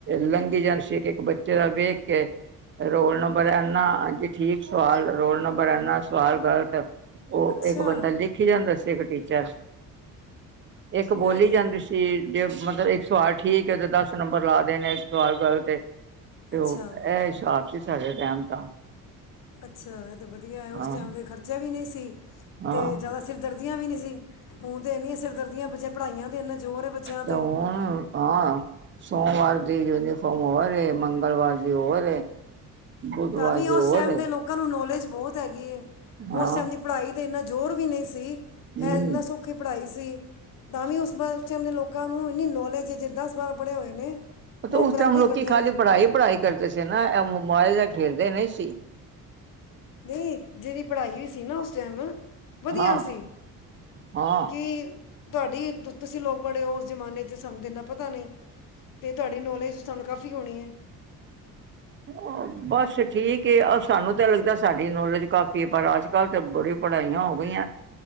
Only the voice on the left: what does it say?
ਅੱਛਾ
ਇਹ ਤੇ
ਅੱਛਾ
ਅੱਛਾ ਔਰ ਤੇ ਵਧੀਆ ਹੈ, ਉਸ
ਟਾਈਮ ਦੇ ਖਰਚੇ ਵੀ ਨਹੀਂ ਸੀ ਕੀ
ਤੇ ਜ਼ਿਆਦਾ ਸਿਰ ਦਰਦ ਦੀਆਂ ਵੀ ਨੀ ਸੀ, ਹੁਣ ਤੇ ਇਹਨੀਆਂ ਸਿਰ ਦਰਦੀਆਂ ਬਚੇ ਪੜ੍ਹਾਈਆਂ ਤੇ ਇਹਨਾ ਜ਼ੋਰ ਹੈ ਬੱਚਿਆਂ
ਤਾਂ ਵੀ
ਉਸ
ਟਾਈਮ
ਦੇ ਲੋਕਾਂ ਨੂੰ ਨੌਲੇਜ ਬਹੁਤ ਹੈਗੀ ਹੈ,
ਉਸ ਟਾਈਮ ਦੀ ਪੜ੍ਹਾਈ ਤੇ ਇੰਨਾ ਜ਼ੋਰ ਵੀ ਨਹੀਂ ਸੀ ਇਹ
ਇੰਨਾ ਸੌਖੀ ਪੜ੍ਹਾਈ ਸੀ ਤਾਂ ਵੀ ਉਸ ਬਾ ਉਸ ਟਾਈਮ ਦੇ ਲੋਕਾਂ ਨੂੰ ਇੰਨੀ ਨੌਲੇਜ ਹੈ, ਜੜੇ ਦਸ ਬਾਰਾਂ ਪੜ੍ਹੇ ਹੋਏ ਨੇ ਉਹ
ਬਰਾਬਰੀ
ਕਰਦੇ
ਨੇ
ਨਹੀਂ ਜਿਹੜ ਪੜ੍ਹਾਈ ਵੀ ਸੀ ਨਾ ਉਸ ਟਾਈਮ ਵਧੀਆ
ਸੀ
ਕਿ ਤੁਹਾਡੀ ਤੁ ਤੁਸੀਂ ਲੋਕ ਬੜੇ ਹੋ ਉਸ ਜ਼ਮਾਨੇ 'ਚ ਸਾਨੂੰ ਤੇ ਇਨਾ ਪਤਾ ਨਹੀਂ ਤੇ ਤੁਹਾਡੀ ਨੌਲੇਜ ਤੁਹਾਨੂੰ ਕਾਫੀ ਹੋਣੀ ਹੈ।